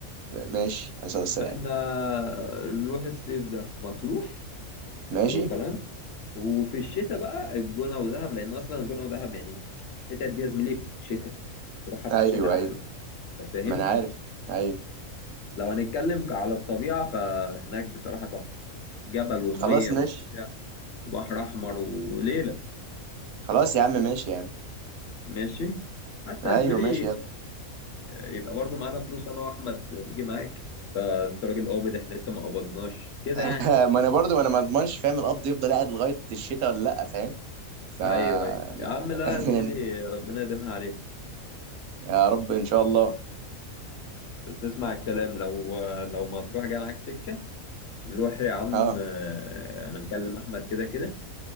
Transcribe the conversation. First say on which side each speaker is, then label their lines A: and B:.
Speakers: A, on the right; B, on the left.
A: ماشي عايز السلام
B: احنا نروح الصيف ده مطروح
A: ماشي
B: حلو الكلام وفي الشتاء بقى الجونة ودهب لأن أصلا الجونة ودهب يعني الحتت دي يا زميلي شتاء تروحها في
A: ايوه
B: الشتاء أحلى
A: ايوه
B: أنت فاهم
A: ما انا عارف ايوه
B: لو هنتكلم ك- على الطبيعة فهناك بصراحة تحفة جبل ومية
A: خلاص ماشي
B: وبتاع وبحر أحمر وليلة
A: خلاص يا عم ماشي يا عم
B: ماشي حتى
A: ايوه
B: يا زميلي
A: ماشي يلا
B: يبقى برضو معانا فلوس انا واحمد نيجي معاك آه، انت راجل قابض احنا لسه ما قبضناش كده
A: <laughs>
B: يعني
A: ما انا برضو ما انا ما اضمنش فاهم القبض يفضل قاعد لغايه الشتاء ولا لا فاهم ف
B: ايوه
A: أنا-
B: ايوه يا عم لا يا زميلي
A: <laughs>
B: ربنا يديمها عليك
A: يا رب ان شاء الله
B: بس اسمع الكلام لو لو ما تروح جاي معاك سكه نروح يا عم
A: اه
B: آه، انا مكلم احمد كده كده